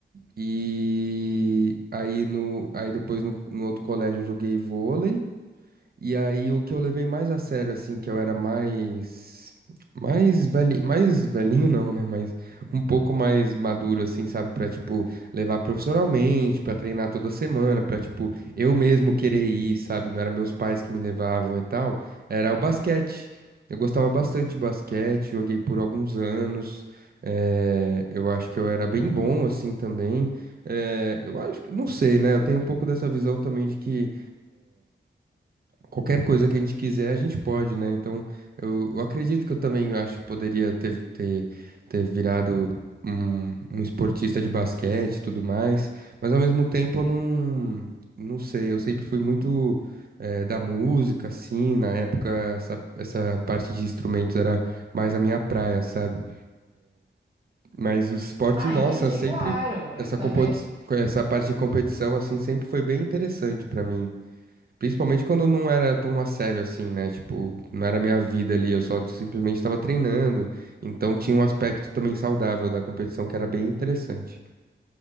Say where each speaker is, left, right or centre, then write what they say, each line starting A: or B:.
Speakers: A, on the right; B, on the right.
A: E aí, no, aí depois no, no outro colégio eu joguei vôlei. E aí o que eu levei mais a sério, assim, que eu era mais. Mais velhinho, mais velhinho não, né? Mas um pouco mais maduro, assim, sabe? Pra, tipo, levar profissionalmente, pra treinar toda semana, pra, tipo, eu mesmo querer ir, sabe? Não era meus pais que me levavam e tal. Era o basquete. Eu gostava bastante de basquete, joguei por alguns anos. eh, eu acho que eu era bem bom, assim, também. Eh, eu acho que, não sei, né? Eu tenho um pouco dessa visão também de que. Qualquer coisa que a gente quiser, a gente pode, né? Então, eu, eu acredito que eu também acho que poderia ter, ter, ter virado um, um esportista de basquete e tudo mais, mas ao mesmo tempo eu não, não sei, eu sempre fui muito eh, da música, assim, na época essa, essa parte de instrumentos era mais a minha praia, sabe? Mas o esporte,
B: Ah,
A: nossa,
B: entendi,
A: sempre,
B: claro. Eu
A: essa,
B: também,
A: compoti- essa parte de competição, assim, sempre foi bem interessante pra mim. Principalmente quando não era tão a sério assim, né? Tipo, não era minha vida ali, eu só simplesmente estava treinando. Então tinha um aspecto também saudável da competição que era bem interessante.